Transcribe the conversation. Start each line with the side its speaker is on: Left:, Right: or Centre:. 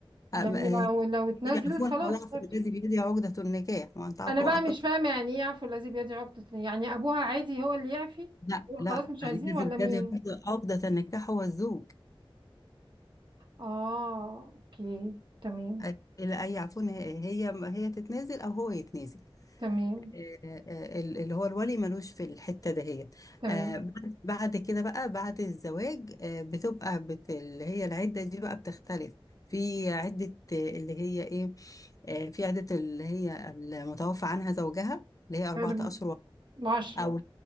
Left: أما-
Right: يعني
Left: آه،
Right: لو لو اتنازلت
Left: يعرفون
Right: خلاص
Left: أولها
Right: برضو
Left: في الذي بيدي عقدة النكاح وأن تعرفوا
Right: أنا بقى
Left: أقرب
Right: مش فاهمة يعني إيه يعفو الذي بيده عقدة يعني أبوها عادي هو اللي يعفي
Left: لا
Right: يقول
Left: لا
Right: خلاص مش عايزين
Left: الذي
Right: ولا
Left: بيدي
Right: مين؟
Left: عقد- عقدة النكاح هو الزوج
Right: اه اوكي تمام
Left: آه، لا يعرفون هي هي هي تتنازل أو هو يتنازل
Right: تمام
Left: آه، آه، ال- اللي هو الولي ملوش في الحتة دهيت
Right: تمام
Left: آه، بعد بعد كده بقى بعد الزواج آه، بتبقى بت اللي هي العدة دي بقى بتختلف في عدة آه، اللي هي ايه آه، في عدة اللي هي المتوفى عنها زوجها اللي هي أربعة
Right: أرب...
Left: أشهر
Right: عشرة
Left: او